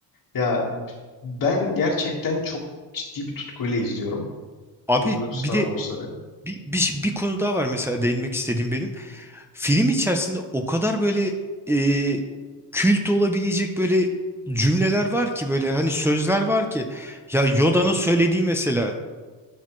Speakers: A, on the left (about 55°); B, in the centre.
A: Ya ben gerçekten çok ciddi bir tutkuyla izliyorum
B: Abi
A: bu Star
B: bir de
A: Wars'ları.
B: bir, bir, bir konu daha var mesela değinmek istediğim benim. Film içerisinde o kadar böyle e, kült olabilecek böyle cümleler var ki böyle hani sözler var ki ya Yoda'nın söylediği mesela